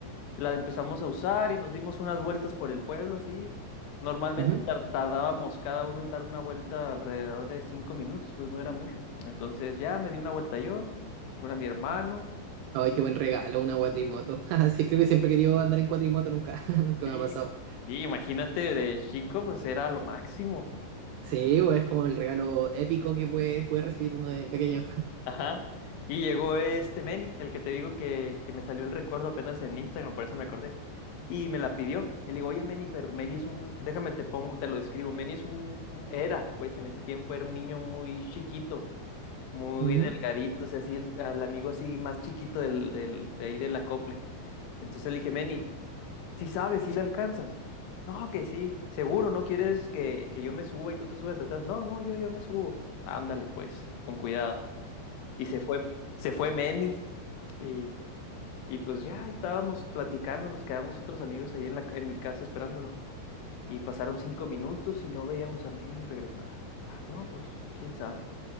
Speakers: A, on the left (about 85°); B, on the right (about 85°).
A: la empezamos a usar y nos dimos unas vueltas por el pueblo, así. Normalmente
B: ujú.
A: tar- tardábamos cada uno en dar una vuelta alrededor de cinco minutos, pues no era mucho. Entonces ya me di una vuelta yo, una a mi hermano.
B: Ay, qué buen regalo, una cuatrimoto. <laughs> Sí, creo que siempre he querido andar en cuatrimoto, nunca, <laughs> nunca
A: Sí.
B: me ha pasado.
A: Sí, imagínate de chico, pues era lo máximo.
B: Sí, o es como el regalo épico que puede, puede recibir uno de pequeño.
A: Ajá. Y llegó este Manny, el que te digo que, que me salió el recuerdo apenas en Instagram, por eso me acordé. Y me la pidió. Y le digo, oye, Manny, pero Manny es un, déjame te pongo, te lo describo. Manny es un, era, pues en ese tiempo era un niño muy chiquito, muy
B: Ujú.
A: delgadito, o sea, así el, al amigo así más chiquito del, del, de ahí del acople. Entonces le dije, Manny, si sabes, si le alcanzas. No, que sí, seguro, no quieres que, que yo me suba y tú te subes atrás. No, no, yo, yo me subo. Ándale, pues, con cuidado. Y se fue, se fue Manny. Y, y pues ya estábamos platicando, nos quedamos otros amigos ahí en, la, en mi casa esperándolo. Y pasaron cinco minutos y no veíamos a Manny regresar. Ah, No, pues quién sabe.